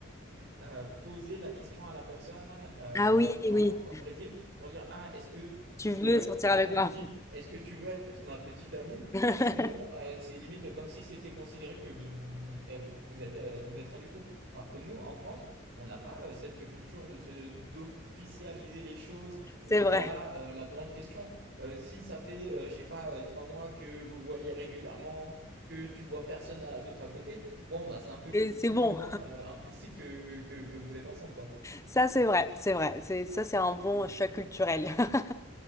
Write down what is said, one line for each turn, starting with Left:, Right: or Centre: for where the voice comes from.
Right: euh, poser la question à la personne euh,
Left: Ah oui,
Right: quand-
Left: oui.
Right: au Brésil pour dire, ah, est-ce que tu
Left: Tu
Right: veux,
Left: veux sortir
Right: faut vraiment
Left: avec moi.
Right: que tu dises, est-ce que tu veux être ma petite amie?
Left: <laughs>
Right: Sinon, euh, c'est limite comme si c'était considéré que vous, eh, vous êtes, euh, vous êtes rien du tout. Alors que nous, en France, on n'a pas euh, cette culture de se, d'officialiser les choses
Left: C'est
Right: via
Left: vrai.
Right: euh, la grande question. Euh, si ça fait, euh, je sais pas, euh, trois mois que vous voyez régulièrement, que tu vois personne à- d'autre à côté, bon, bah, c'est un peu
Left: Et C'est
Right: plus
Left: bon.
Right: ou moins euh, implicite que, que, que vous êtes ensemble, quoi.
Left: Ça, c'est vrai. C'est vrai. C'est, ça, c'est un bon choc culturel. <laughs>